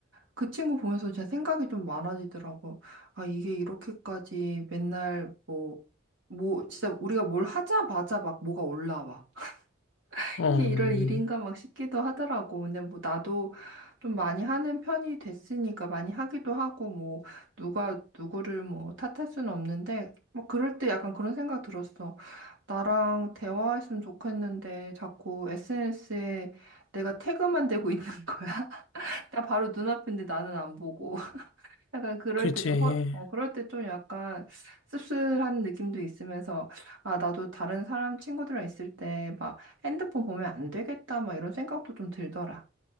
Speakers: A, on the right; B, on the left.
A: 그 친구 보면서 진짜 생각이 좀 많아지더라고. 아, 이게 이렇게까지 맨날 뭐, 뭐, 진짜 우리가 뭘 하자마자 막 뭐가 올라와. <laughs>
B: 어,
A: 이게
B: 음.
A: 이럴 일인가 막 싶기도 하더라고. 근데 뭐 나도 좀 많이 하는 편이 됐으니까 많이 하기도 하고 뭐 누가 누구를 뭐 탓할 수는 없는데 막 그럴 때 약간 그런 생각 들었어. 나랑 대화했으면 좋겠는데 자꾸 SNS에 내가 태그만 되고 있는 거야. <laughs> 나 바로 눈앞인데 나는 안 보고. 약간 그럴
B: 그렇지.
A: 때 좀 허, 어, 그럴 때 좀 약간 씁쓸한 느낌도 있으면서, 아, 나도 다른 사람 친구들이랑 있을 때 막 핸드폰 보면 안 되겠다, 막 이런 생각도 좀 들더라.